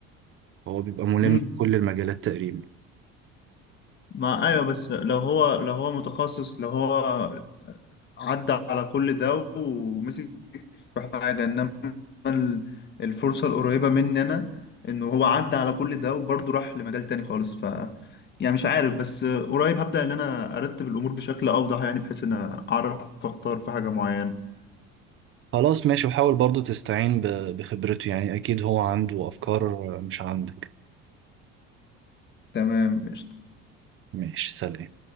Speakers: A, on the right; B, on the left.
A: هو بيبقى ملم
B: مم.
A: بكل المجالات تقريبا
B: ما ايوه بس لو هو لو هو متخصص لو هو عدى على كل ده ومسك في حاجه انما ال- الفرصه القريبه مني انا انه هو عدى على كل ده وبرضه راح لمجال تاني خالص ف يعني مش عارف بس قريب هبدأ ان انا ارتب الامور بشكل اوضح يعني بحيث ان اعرف اختار في حاجه معينه
A: خلاص ماشي وحاول برضو تستعين ب- بخبرته يعني أكيد هو عنده أفكار آه، مش عندك
B: تمام
A: ماشي سلام